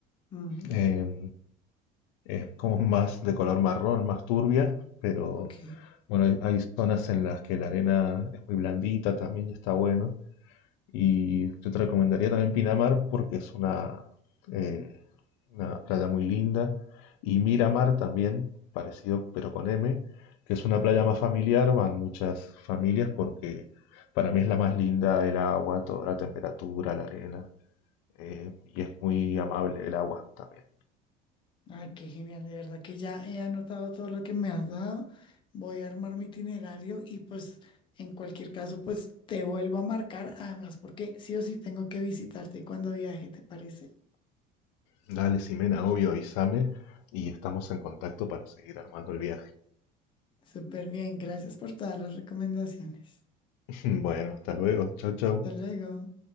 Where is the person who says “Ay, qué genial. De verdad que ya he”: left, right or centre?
Left